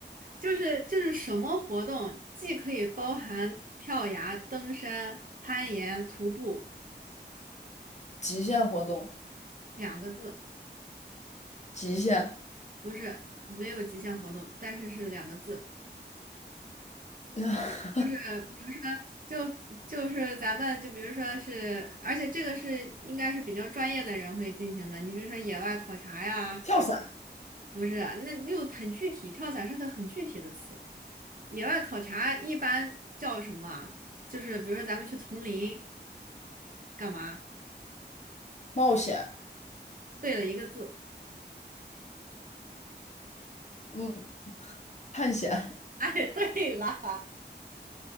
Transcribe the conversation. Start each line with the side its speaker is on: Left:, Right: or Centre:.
Right: 就是就是什么活动，既可以包含跳崖、登山、攀岩、徒步
Left: 极限活动，
Right: 两个字，
Left: 极限，
Right: 不是没有极限活动，但是是两个字，
Left: <laughs>
Right: 就是就就是咱们就比如说是，而且这个是应该是比较专业的人会进行的，你比如说野外考察呀，
Left: 跳伞，
Right: 不是，那又很具体，跳伞是个很具体的词。野外考察一般叫什么啊就是比如说咱们去丛林。干嘛？
Left: 冒险，
Right: 对了一个字。
Left: 嗯，探险。<laughs>
Right: 哎，对了，